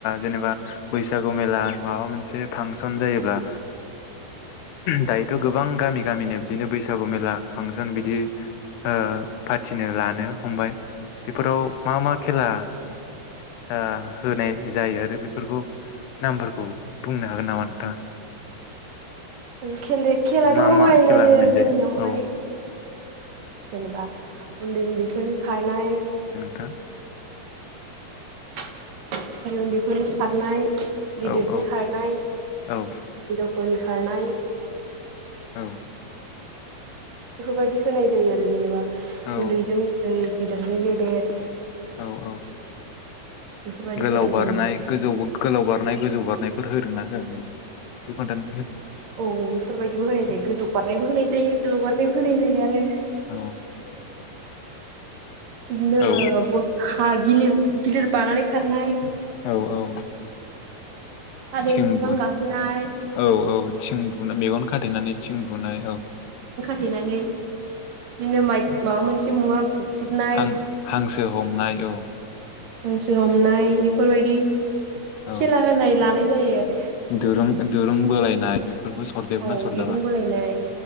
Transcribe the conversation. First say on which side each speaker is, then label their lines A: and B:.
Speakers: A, on the left; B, on the right.
A: जेनेबा बैसागु मेला माबा मोनसे फांसन जायोब्ला दायोथ' गोबां गामि गामिनो बिदिनो बैसागु मेला फांसन बिदि दि ओ फाथिनो लानो हमबाय। बेफोराव मा मा। खेला। ओ होनाय जायो आरो बेफोरखौ नामफोरखौ बुंनो हागोन नामा नोंथाङा?
B: खेलि खेलाथ'
A: मा मा
B: होनाय
A: खेला
B: जायो
A: होनाय
B: जोंनियावहाय।
A: औ
B: जेनेबा उन्दै उन्दैफोरनि खारनाय।
A: थां।
B: उन्दै उन्दैफोरनि खारनाय। गिदिरनि
A: औ औ
B: खारनाय
A: औ
B: फोरनि खारनाय।
A: औ।
B: बेफोर बायदि होनाय जायो आरो जेनेबा
A: औ
B: उन्दैजों उन्दै गेदिरजों गेदेर
A: औ औ
B: बेफोरबायदि
A: गोलाव
B: होनाय
A: बारनाय
B: जायो
A: गोजौ-गोलाव बारनाय गोजौ बार नायफोर होरना होआ बेखौ खोनथानना होदो।
B: औ बेफोरबायदिबो होनाय जायो गोजौ बारनायबो होनाय जायो गोलाव बारनायबो होनाय जायो आरो।
A: औ
B: इदनो
A: औ
B: ब हा गिलिर गिलिर बानानै खारनाय
A: औ औ
B: थालिर
A: थिं
B: बिफां
A: बुन
B: गाखोनाय
A: औ औ थिं बुन मेगन खाथेनानै थिं बुनाय औ।
B: थेनानै बिनो मायद माबा मोनसे मुवा बुख्रुबनाय
A: हां-हांसो हमनाय औ
B: हांसो हमनाय बेफोरबायदि
A: औ
B: खेला होनाय नाय जायो आरो
A: दुरुं दुरुंंबोलायनाय बे फोरखौ सरदेरोना
B: औ
A: सरजाबा
B: दिरुं बोलायनाय